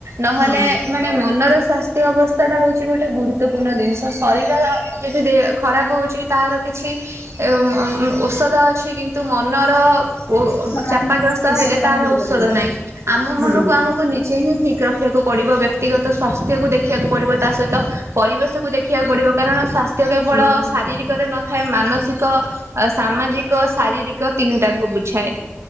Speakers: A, on the right; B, on the left.
A: ନହଲେ
B: ହଁ
A: ମାନେ ମନର ସ୍ୱାସ୍ଥ୍ୟ ଅବସ୍ଥା ଟା ହଉଚି ଗୋଟେ ଗୁରୁତ୍ୱପୂର୍ଣ୍ଣ ଜିନିଷ। ଶରୀରର ଯଦି ଖରାପ ହେଉଚି ତାହାର କିଛି ଉଁ ଔଷଧ ଅଛି। କିନ୍ତୁ ମନର ଓ ଓ
B: ଖରାପ
A: ଚାପାଗ୍ରସ୍ତ
B: ଔଷଧ
A: ହେଲେ
B: ତାହା
A: ତାର
B: ମିଳିବନି।
A: ଔଷଧ ନାହିଁ। ଆମ
B: ହଁ
A: ମନକୁ ଆମ କୁ ନିଜେ ହିଁ ଠିକ ରଖିବାକୁ ପଡିବ ବ୍ୟକ୍ତିଗତ ସ୍ୱାସ୍ଥ୍ୟ କୁ ଦେଖିବାକୁ ପଡିବ ତା ସହିତ ପରିବେଶକୁୁ ଦେଖିବାକୁ ପଡିବ କାରଣ ସ୍ୱାସ୍ଥ୍ୟ କେବଳ
B: ହଁ
A: ଶାରୀରି କରେ ନଥାଏ ମାନସିକ ଆ ସାମାଜି କ ଶାରୀରିକ ତିନି ଟା କୁ ବୁଝାଏ।